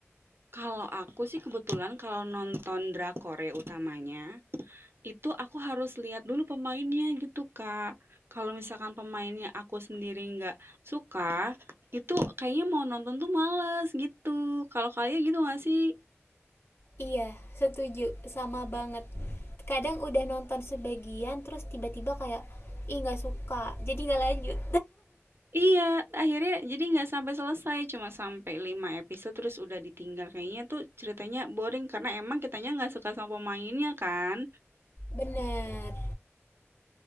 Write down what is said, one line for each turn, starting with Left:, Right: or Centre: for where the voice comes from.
Right: Kalau aku sih kebetulan kalau nonton drakor ya utamanya. Itu aku harus lihat dulu pemainnya gitu, Kak. Kalau misalkan pemainnya aku sendiri nggak suka, itu kayaknya mau nonton tuh males gitu. Kalau kalian gitu nggak sih?
Left: Iya, setuju. Sama banget. Kadang udah nonton sebagian terus tiba-tiba kayak ih nggak suka. Jadi nggak lanjut.
Right: Iya, akhirnya jadi nggak sampai selesai, cuma sampai 5 episode terus udah ditinggal. Kayaknya tuh ceritanya boring karena emang kitanya nggak suka sama pemainnya kan.
Left: <laughs> Bener.